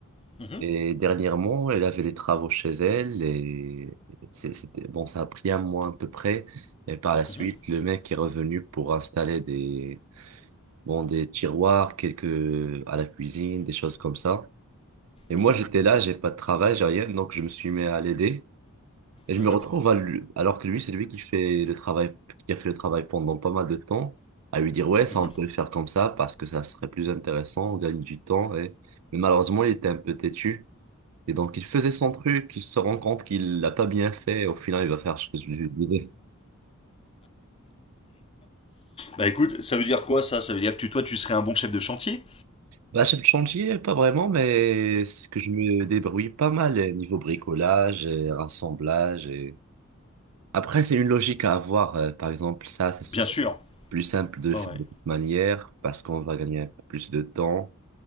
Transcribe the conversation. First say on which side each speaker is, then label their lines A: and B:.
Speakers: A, on the left; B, on the right.
A: Mhm,
B: Et dernièrement, elle avait des travaux chez elle, et c'est- c'était... Bon, ça a pris un mois à peu près, et par la suite,
A: mhm,
B: le mec est revenu pour installer des... Bon, des tiroirs, quelques à la cuisine, des choses comme ça. Et moi,
A: mhm,
B: j'étais là, j'ai pas de travail, j'ai rien, donc je me suis mis à l'aider. Et je
A: mhm,
B: me retrouve à lui- alors que lui, c'est lui qui fait le travail, qui a fait le travail pendant pas mal de temps, à lui dire, ouais, ça,
A: mhm.
B: on peut le faire comme ça parce que ça serait plus intéressant, on gagne du temps. Et... Mais malheureusement, il était un peu têtu. Et donc, il faisait son truc, il se rend compte qu'il l'a pas bien fait. et au final, il va faire ce que je lui disais.
A: Bah écoute, ça veut dire quoi ça Ça veut dire que tu, toi tu serais un bon chef de chantier
B: Bah, chef de chantier, pas vraiment, mais c'est que je me débrouille pas mal eh, niveau bricolage et rassemblage et Après, c'est une logique à avoir. Euh, par exemple, ça, ce serait
A: Bien sûr.
B: plus simple de le
A: Ouais,
B: faire
A: ouais.
B: de cette manière parce qu'on va gagner un peu plus de temps.